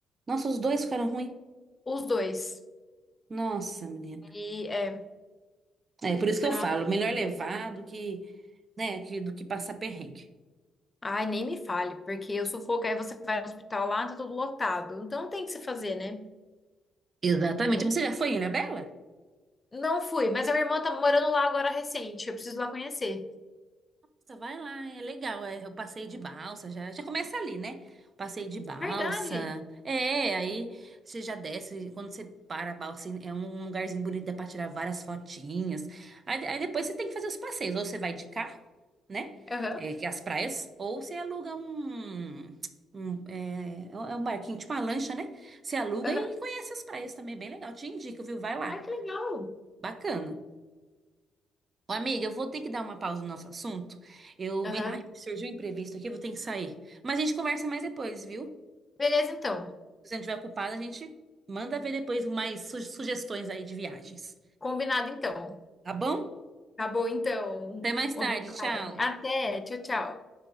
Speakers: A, on the right (about 40°); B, on the left (about 20°).
A: Nossa, os dois ficaram ruins.
B: Os dois.
A: Nossa, menina.
B: E é,
A: É por isso
B: foi
A: que eu
B: numa
A: falo, melhor levar do que, né, que- do que passar perrengue.
B: Ai, nem me fale, porque o sufoco aí você vai no hospital lá, tá tudo lotado. Então não tem o que se fazer, né?
A: Exatamente.
B: Não,
A: Você já foi em Ilhabela?
B: não fui, mas a minha irmã tá morando lá agora recente, eu preciso ir lá conhecer.
A: Nossa, vai lá, é legal. É o passeio de balsa, já, já começa ali, né? O passeio de balsa.
B: Verdade.
A: É, aí você já desce, quando você para a balsa, assim, é um um lugarzinho bonito, dá pra tirar várias fotinhas. Aí, aí depois você tem que fazer os passeios, ou você vai de carro, né?
B: Aham,
A: É, que é as praias, ou você aluga um. Um, é, é um barquinho, tipo uma lancha, né? Você aluga
B: aham.
A: e conhece as praias também, bem legal. Te indico, viu? Vai lá.
B: Ai, que legal.
A: Bacana. Ô, Amiga, eu vou ter que dar uma pausa no nosso assunto. Eu,
B: Aham.
A: me- ai, surgiu um imprevisto aqui, eu vou ter que sair. Mas a gente conversa mais depois, viu?
B: Beleza, então.
A: Se a gente tiver ocupada, a gente manda ver depois mais su- sugestões aí de viagens.
B: Combinado, então.
A: Tá bom?
B: Tá bom, então.
A: Até mais
B: Uma
A: tarde,
B: boa tarde.
A: tchau.
B: Até. Tchau, tchau.